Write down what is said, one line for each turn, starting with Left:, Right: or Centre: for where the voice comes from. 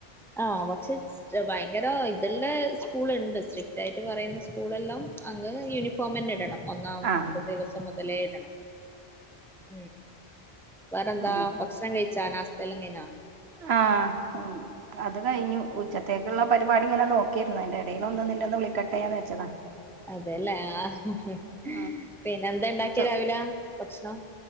Centre: ആഹ, പക്ഷെ ഭയങ്കര ഇതല്ല സ്കൂൾളുണ്ട് സ്ട്രിക്ട് ആയിട്ട് പറയുന്ന സ്കൂൾ എല്ലാം. അങ്ങ്ന യൂണിഫോമ് തന്നെ ഇടണം ഒന്നാം
Right: ആ
Centre: ദിവസം മുതലേ ഇടണം ഉം വേറെന്താ
Right: അങ്ങനെ
Centre: ഭക്ഷണം കഴിച്ചാ നാസ്തെല്ലാം കഴിഞ്ഞാ
Right: ആഹ് അത് കഴിഞ്ഞു ഉച്ചത്തേക്കുള്ള പരിപാടി ഇങ്ങനെ നോക്കിയിരുന്നു അയ്ൻ്റെ എടേല് ഒന്ന് നിന്ന ഒന്ന് വിളിക്കട്ടേന്ന് വെച്ചതാ
Centre: അതെല്ലേ ആഹ്
Right: ഉം
Centre: പിന്നെ എന്തേ ഉണ്ടാക്കിയ
Right: ചോ
Centre: രാവില ഭക്ഷണം